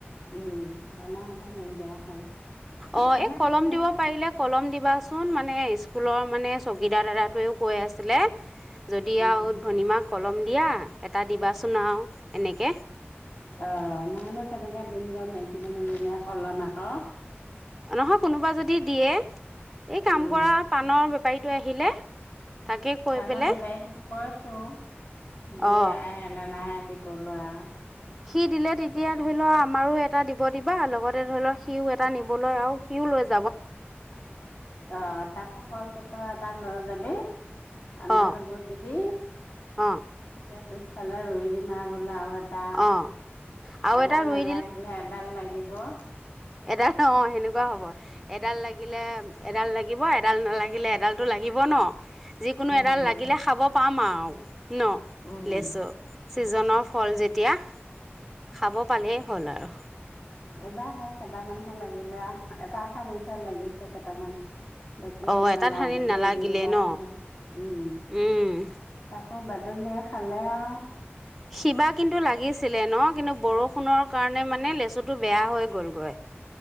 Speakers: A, on the left; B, in the centre.
A: উম, বামাহঁতৰ নাইকিয়া হ'ল।
B: অ,
A: মামাহঁতৰ
B: এই কলম দিব
A: এতিয়া
B: পাৰিলে, কলম দ কোৱাচোন মানে স্কুলৰ মানে চকীদাৰ দাদাটোৱেও কৈ আছিলে। যদি
A: উম
B: আৰু ভনমাক কলম দিয়া, এটা দিবাচোন আৰু এনেকে।
A: অ, মইনো কেনেকে দিম গম মেকী মানহজনীয়ে কলম আকৌ।
B: নহয় কোনোবা যদি দিয়ে। এই কাম
A: উম
B: কৰা পাানৰ পাৰিটো আহিলে। তাকে কৈ
A: ক <unintelligible>
B: পেলাই
A: ন বেপাৰীটো কৈছো দিয়ে
B: অ
A: আহ, ন নাহ লৰা
B: সি দিলে তেতিয়া ধৰি লও আমাৰো এটা দিব দিবা লগতে ধৰি লওক সিও এটা নিবলৈ আৰু সিও লৈ যায়।
A: অ, তাকো কৈছ তই এটা লৰা যাবি আমাৰ
B: অ
A: লগত দিবি। এতিয়া
B: অ
A: পিছফালে ৰুই দিম আৰু বোললে আৰু টা
B: অ আৰু
A: এডাল
B: এটা ৰুই
A: নালাগিলে এডাল লাগিব। বহ
B: এটা ন সেনেকুৱা <unintelligible> কুৱা হ'ব এডাল লাগিলে এডাল লাগিব। এডাল নালাগিলে, এডালটো লাগিব ন। যিকোনো
A: উম
B: এডাল লাগিলে খাব। পামা ন,
A: উম
B: লেছ ছিজনৰ ফল যেতিয়া খাব পালেই হ'ল আৰু।
A: এইবাৰাহে কেইটামানহে লাগিলে আৰু এটাঠানতহে লাগিছে কেইটামান। বাকি
B: অ
A: নালাগিলে
B: এটা ঠানিত নালাগিলে
A: এইগেইটাখে
B: ন
A: উম
B: উম
A: তাকো বাদ- লে খালে আও-
B: শিবাৰ কিন্তু লাগিছিলে ন? কিন্তু বৰষুণৰ কাৰণে মানে লেচুটো বেয়া হৈ গ'লগৈ।